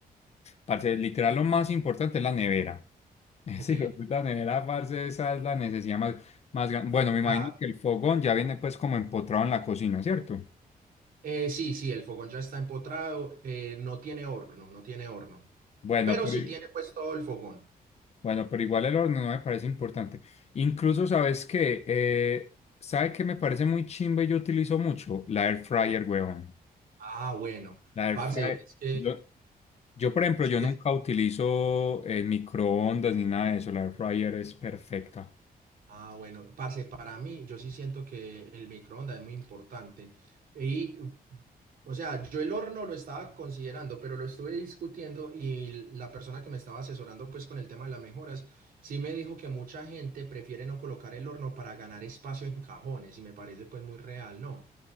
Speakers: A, on the left (about 45°); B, on the right (about 65°).
A: parce, literal lo más importante es la nevera. <laughs>
B: Ok.
A: Sí, puta nevera, parce, esa es la necesidad más, más grande. Bueno, me imagino
B: Claro.
A: que el fogón ya viene pues como empotrado en la cocina, ¿cierto?
B: Eh, sí, sí, el fogón ya está empotrado, eh, no tiene horno, no tiene horno,
A: Bueno,
B: pero
A: pero,
B: sí
A: i-
B: tiene pues todo el fogón.
A: bueno, pero igual el horno no me parece importante. Incluso, ¿sabes qué? Eh, ¿sabe qué me parece muy chimba y yo utilizo mucho? La air fryer, huevón.
B: Ah, bueno,
A: La air
B: parce,
A: fryer.
B: es que...
A: Yo, yo, por ejemplo,
B: sí,
A: yo nunca utilizo eh, microondas ni nada de eso. La air fryer es perfecta.
B: Ah, bueno, parce, para mí, yo sí siento que el microondas es muy importante. Y, o sea, yo el horno lo estaba considerando, pero lo estuve discutiendo y la persona que me estaba asesorando, pues, con el tema de las mejoras, sí me dijo que mucha gente prefiere no colocar el horno para ganar espacio en cajones y me parece, pues, muy real, ¿no?